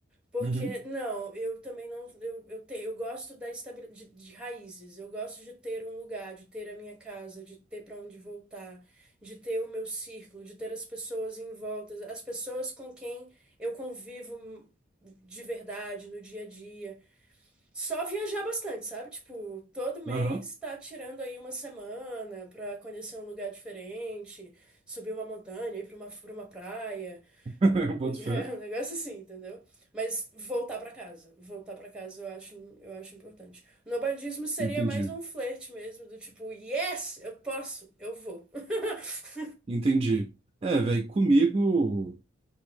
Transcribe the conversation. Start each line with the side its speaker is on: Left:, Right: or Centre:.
Centre: Porque,
Right: Uhum,
Centre: não, eu também não. Eu, eu, te, eu gosto da estabilidade de, de raízes. Eu gosto de ter um lugar, de ter a minha casa, de ter para onde voltar, de ter o meu círculo, de ter as pessoas em volta, as pessoas com quem eu convivo hum, de verdade no dia a dia. Só viajar bastante, sabe? Tipo, todo mês
Right: aham,
Centre: tá tirando aí uma semana pra conhecer um lugar diferente, subir uma montanha, ir pra uma, pra uma praia.
Right: <laughs>
Centre: <laughs>
Right: boto
Centre: É
Right: fé.
Centre: um negócio assim, entendeu? Mas voltar pra casa. Voltar pra casa eu acho, eu acho importante. O nobadismo seria
Right: Entendi,
Centre: mais um flerte mesmo, do tipo, yes, eu posso, eu vou. <laughs>
Right: entendi. É, velho, comigo.